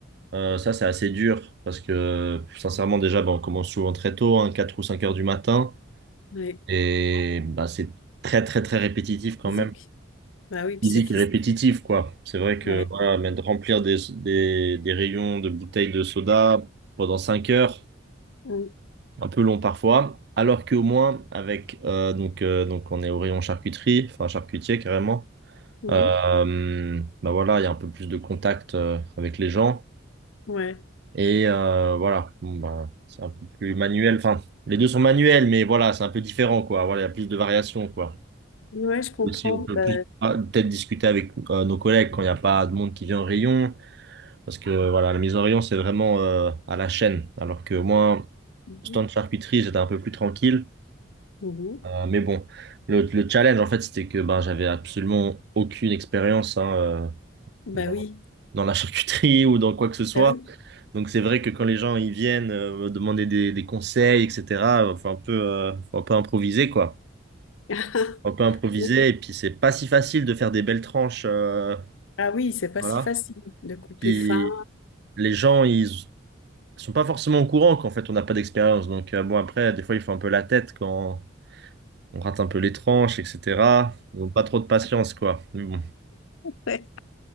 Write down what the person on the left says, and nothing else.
Ouais,
physique.
Bah oui, puis
c'est physique.
Ouais.
Mm,
mhm.
Ouais.
Ouais, je comprends.
Bah,
mhm,
mhm.
Bah
oui.
Bah oui.
<laughs>
Oui.
Ah oui, c'est pas
si facile de couper
fin.
Ouais,